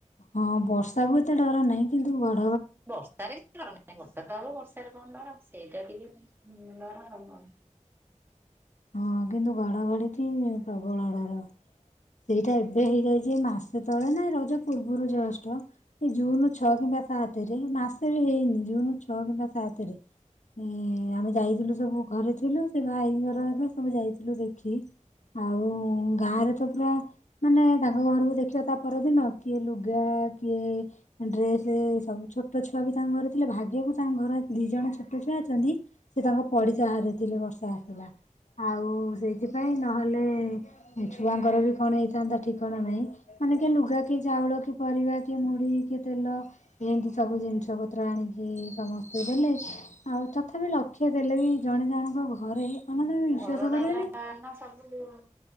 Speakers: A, on the left (about 65°); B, on the right (about 15°).
A: ହଁ ବର୍ଷା କୁ ଏତେ ଡର ନାହିଁ କିନ୍ତୁ ଘ
B: ବର୍ଷାରେ କିଛି ଡରନାହିଁ ବର୍ଷା ତ ହବ ବର୍ଷା ର୍ଷାରେ କଣ ଡର ସେଇଟା ଟିକେ ଡର ଆଉ କଣ?
A: ହଁ କିନ୍ତୁ ଘଡଘଡିକି ପ୍ରବଳ ଡର। ସେଇଟା ଏବେ ହେଇଯାଇଛି ଯେ ମାସେ ତଳେ ନା ରଜ ପୂର୍ବରୁ ଜଷ୍ଟ। ଏ ଜୁନ ଛଅ କିମ୍ବା ସାତେରେ, ମାସେ ବି ହେଇନି, ଜୁନୁ ଛଅ କିମ୍ବା ସାତେରେ। ଏ ଆମେ ଯାଇଥିଲୁ ସବୁ ଘରେ ଥିଲୁ, ସେ ଭାଇ ଘର ହେବେ ସବୁ ଯାଇଥିଲୁ ଦେଖି ଆଉ ଗାଁରେ ତ ପୁରା, ମାନେ ତାଙ୍କ ଘରକୁ ଦେଖିବା ତା ପରଦିନ କିଏ ଲୁଗା, କିଏ ଡ୍ରେ ସେ, ସବୁ ଛୋଟଛୁଆ ବି ତାଙ୍କ ଘରେ ଥିଲେ, ଭାଗ୍ୟକୁ ତାଙ୍କ ଘର ଦି ଜଣ ଛୋଟଛୁଆ ଅଛନ୍ତି, ସେ ତାଙ୍କ ପଡ଼ିଶା ଘରେ ଥିଲି ବର୍ଷା ଆସିଲା। ଆଉ ସେଇଥିପାଇଁ ନହେଲେ ଛୁଆଙ୍କର ବି କଣ ହେଇଥାନ୍ତା ଠିକଣା ନାହିଁ। ମାନେ କିଏ ଲୁଗା, କିଏ ଚାଉଳ, କିଏ ପରିବା, କିଏ ମୁଢ଼ୀ, କିଏ ତେଲ ଲ, ଏନ୍ତି ସବୁ ଜିନିଷ ପତ୍ର ଆଣିକି ସମସ୍ତେ ଦେଲେ, ଆଉ ତଥାପି ଲକ୍ଷେ ହେଲେ ବି ଜଣେ ଜଣଙ୍କ ଘରେ ମାନେ ତମେ ବିଶ୍ୱାସ
B: ଘରଟା
A: କରିବନି
B: ହେଲା ନା ସବୁ ଜିନ